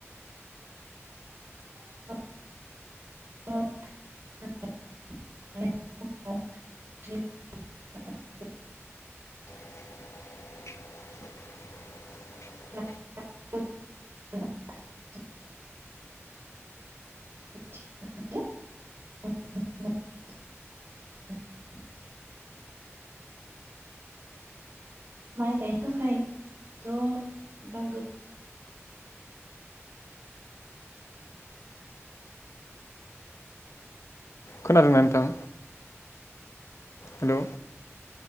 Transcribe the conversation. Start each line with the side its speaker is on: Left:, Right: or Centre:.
Right: <unintelligible> <unintelligible> <inaudible>
Left: <inaudible>
Right: <inaudible> <inaudible> माइ गायनो थाखायथ' दा गो
Left: खोनादोंना नोंथां? हेल'